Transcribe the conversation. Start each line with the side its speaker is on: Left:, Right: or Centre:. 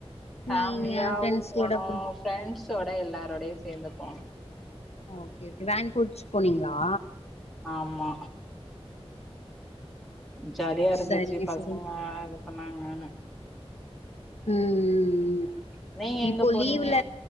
Centre: ஃபேமிலியாவு
Left: நீங்க ஃப்ரெண்ட்ஸ்களோட
Centre: போனோ
Left: போ
Centre: ப்ரெண்ஸோட எல்லாரோடையு சேந்து போனோ
Left: ஓகே ஓகே வேன் புடிச்சி போனீங்களா
Centre: ஆமா ஜாலியா இருந்திச்சி
Left: சரிங்க
Centre: பசங்க
Left: சரிங்க
Centre: சொன்னாங்கானு
Left: ம் ம்
Centre: நீங்க எங்க
Left: இப்போ
Centre: போனீங்க
Left: லீவ்ல